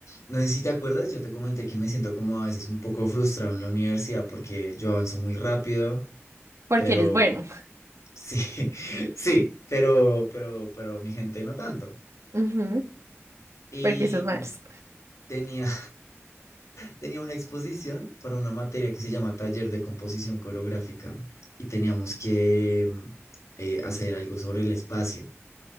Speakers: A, on the left (about 85°); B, on the right (about 75°).
A: no sé si te acuerdas, yo te comenté que me siento como a veces un poco frustrado en la universidad porque yo avanzo muy rápido,
B: Porque
A: pero
B: eres bueno.
A: sí, <laughs> sí, pero, pero, pero mi gente no tanto.
B: Ujú,
A: Y
B: Porque sos malos.
A: tenía, tenía una exposición para una materia que se llama Taller de Composición Coreográfica y teníamos que mm, eh, hacer algo sobre el espacio, o